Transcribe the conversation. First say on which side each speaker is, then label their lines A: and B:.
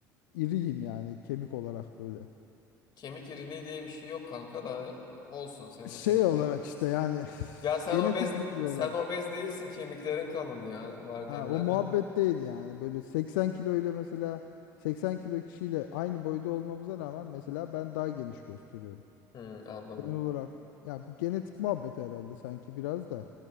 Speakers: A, on the left; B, on the left.
A: iriyim yani kemik olarak böyle.
B: kemik iriliği diye bir şey yok kanka da olsun senin
A: Şey
B: kemikli.
A: olarak işte yani <sighs>
B: Ya sen
A: genetik
B: obez
A: mi diyorlar?
B: sen obez değilsin kemiklerin kalın ya var
A: Ha,
B: derler
A: o muhabbet
B: ya.
A: değil yani. Böyle 80 kilo ile mesela 80 kilo kişiyle aynı boyda olmamıza rağmen mesela ben daha geniş gösteriyorum.
B: Hmm, anladım.
A: Genel olarak ya bu genetik muhabbeti herhalde sanki biraz da.